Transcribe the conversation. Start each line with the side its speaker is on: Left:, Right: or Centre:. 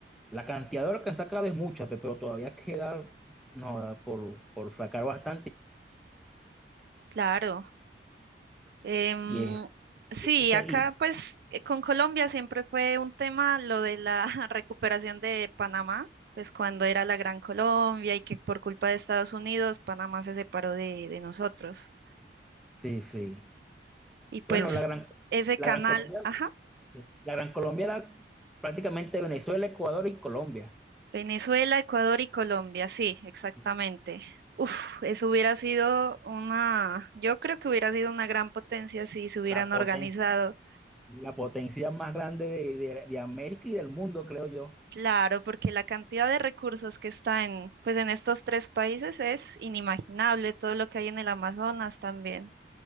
Centre: La cantidad de horas que han sacado es mucha, pe- pero todavía queda no, da por, por sacar bastante.
Right: Claro. Em,
Centre: Y es,
Right: sí,
Centre: e, esa,
Right: acá
Centre: y,
Right: pues eh, con Colombia siempre fue un tema lo de la <laughs> recuperación de Panamá, pues cuando era la Gran Colombia y que por culpa de Estados Unidos Panamá se separó de, de nosotros.
Centre: sí, sí.
Right: Y pues
Centre: Bueno, la gran,
Right: ese
Centre: la
Right: canal,
Centre: gran Colombia,
Right: ajá,
Centre: sí, la gran Colombia era prácticamente Venezuela, Ecuador y Colombia.
Right: Venezuela, Ecuador y Colombia, sí, exactamente.
Centre: Sí.
Right: Uf, eso hubiera sido una, yo creo que hubiera sido una gran potencia si se hubieran
Centre: La potencia,
Right: organizado
Centre: la potencia más grande de, de- de América y del mundo, creo yo.
Right: Claro, porque la cantidad de recursos que está en, pues en estos tres países es inimaginable, todo lo que hay en el Amazonas también.